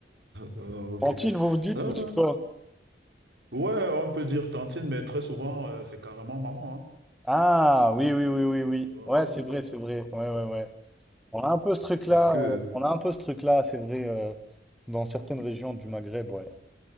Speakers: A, on the right (about 85°); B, in the centre.
A: Euh, ok.
B: Tantine, vous vous dites,
A: Ah,
B: vous dites quoi?
A: ouais, on peut dire tantine, mais très souvent, euh, c'est carrément maman,
B: Ah, oui, oui, oui, oui, oui.
A: hein.
B: Ouais, c'est vrai, c'est vrai. Ouais, ouais, ouais. On a un peu ce truc-là,
A: Parce que,
B: euh, on a un peu ce truc-là, c'est vrai, euh, dans certaines régions du Maghreb, ouais.